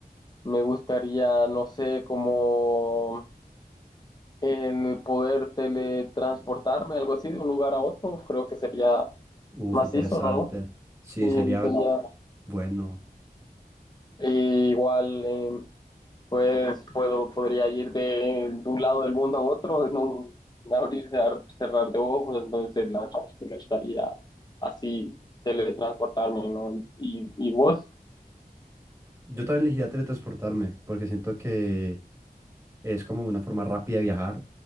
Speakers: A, on the left (about 25°); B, on the right (about 20°).
A: me gustaría, no sé, como el poder teletransportarme, algo así, de un lugar a otro. Creo que sería
B: Uf,
A: macizo,
B: interesante.
A: ¿no?
B: Sí,
A: Sí,
B: sería
A: sería
B: bueno.
A: E igual, em, pues puedo, podría ir de, de un lado del mundo a otro, no abrir, cerrar, cerrar de ojos, entonces la me estaría así teletransportarme, ¿no? Y, y vos,
B: Yo también elegiría teletransportarme porque siento que es como una forma rápida de viajar.